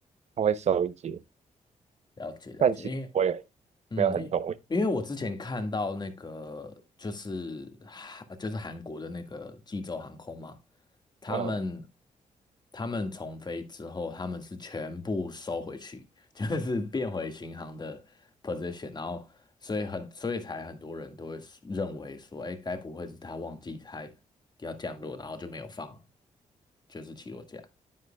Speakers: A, on the right; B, on the left.
A: 他会收一节，
B: 了解了解，
A: 但其实我也
B: 因为嗯，
A: 没有很懂为什
B: 因因为我之前看到那个就是韩就是韩国的那个济州航空嘛，他们
A: 么嗯，
B: 他们重飞之后，他们是全部收回去，<laughs> 就是变回新航的 position，然后所以很所以才很多人都会认为说，哎，该不会是他忘记他要降落，然后就没有放就是起落架？